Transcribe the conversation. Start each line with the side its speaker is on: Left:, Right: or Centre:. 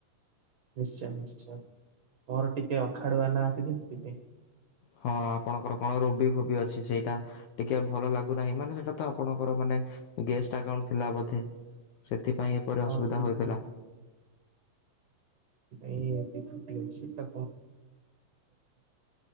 Right: ନିଶ୍ଚୟ ନିଶ୍ଚୟ ମୋର ଟିକେ ଅଖାଡୁଆ ନାଁ ଅଛି ତ ସେଥିପାଇଁ।
Left: ହଁ ଆପଣଙ୍କର କଣ ରୋବି ଫୋବି ଅଛି ସେଇଟା ଟିକେ ଭଲ ଲାଗୁନାହିଁ ମାନେ ସେଟା ତ ଆପଣଙ୍କର ମାନେ ଗେଷ୍ଟ ଆକାଉଣ୍ଟ ଥିଲା ବୋଧେ। ଏଥିପାଇଁ ଏପରି
Right: ହଁ
Left: ଅସୁବିଧା
Right: ସେଇଥିପାଇଁ
Left: ହୋଇଥିଲା।
Right: ଏଇ ଏବେ ଅଛି ତ <inaudible>